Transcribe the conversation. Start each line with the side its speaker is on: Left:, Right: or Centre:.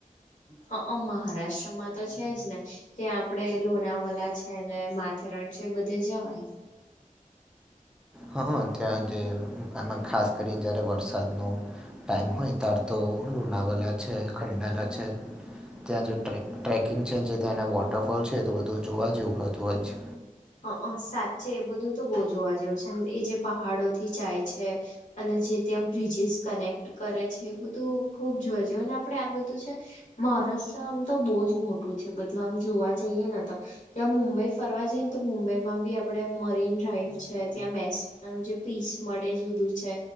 Left: હ અહ મહારાષ્ટ્રમાં તો છે જ ને ત્યાં આપડે લોનાવાલા છે ને મા છે રણ છે બધે જવાય.
Centre: હા હ ત્યાં જે આમાં ખાસ કરીને જ્યારે વરસાદનો ટાઈમ હોય તાર તો લુનાવેલા છે, ખંડાયેલા છે ત્યાં જે ટ્રે ટ્રેકિંગ છે જે ત્યાંના વોટરફોલ છે તો બધું જોવા જેવું હોતું હોય છે.
Left: હ અહ સાચે એ બધું તો બહુ જોવા જેવું છે એ જે પહાડોથી જાય છે અને જે ત્યાં બ્રિજીસ કનેક્ટ કરે છે એ બધું ખુબ જોઈજ અને આપડે આ બધું છે મહારાષ્ટ્ર આમ તો બહુજ મોટું છે બધું આમ જોવા જઈએ ને તો ત્યાં મુંબઈ ફરવા જઈ ને તો મુંબઈ માં બી આપડે મરીન ડ્રાઈવ છે ત્યાં બેસ નું જે પીસ મળે જુદું છે.